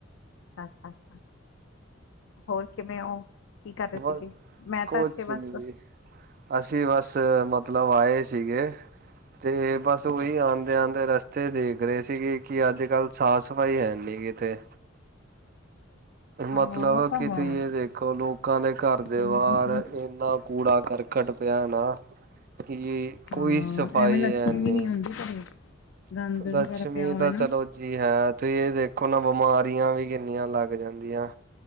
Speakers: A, on the left (about 65°); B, on the right (about 45°).
A: ਅੱਛਾ ਅੱਛਾ ਅੱਛਾ, ਹੋਰ ਕਿਵੇਂ ਓ? ਕੀ ਕਰ ਰਹੇ ਸੀਗੇ?
B: ਬਸ
A: ਮੈਂ
B: ਕੁਛ
A: ਤਾਂ ਇੱਥੇ ਬਸ
B: ਨੀ ਜੀ ਅਸੀਂ ਬਸ ਮਤਲਬ ਆਏ ਸੀਗੇ ਤੇ ਬਸ ਓਈੰ ਆਂਦੇ ਆਂਦੇ ਰਸਤੇ ਦੇਖ ਦੇਖ ਰਹੇ ਸੀਗੇ ਕਿ ਅੱਜ-ਕੱਲ ਸਾਫ਼-ਸਫ਼ਾਈ ਹੈ ਨੀ ਕਿਤੇ।
A: ਹਾਂ
B: ਮਤਲਬ
A: ਉਹ ਤਾਂ
B: ਕਿ
A: ਹੈ
B: ਤੁਸੀਂ ਇਹ ਦੇਖੋ ਲੋਕਾਂ ਦੇ ਘਰ ਦੇ
A: ਗੰਦਗੀ
B: ਬਾਹਰ
A: ਤਾਂ
B: ਏਨਾ ਕੂੜਾ-ਕਰਕਟ ਪਿਆ ਨਾ, ਕੀ ਕੋਈ
A: ਹਾਂ
B: ਸਫ਼ਾਈ
A: ਐਵੇਂ ਲਕਸ਼ਮੀ
B: ਹੈਨੀ।
A: <unintelligible> ਗੰਦ ਵਗੈਰਾ
B: ਲੱਛਮੀ
A: ਪਿਆ ਹੋਵੇ
B: ਤਾਂ
A: ਨਾ
B: ਚਲੋ ਜੀ ਹੈ ਤੁਸੀਂ ਇਹ ਦੇਖੋ ਨਾ ਬਿਮਾਰੀਆਂ ਵੀ ਕਿੰਨੀਆਂ ਲੱਗ ਜਾਂਦੀਆਂ।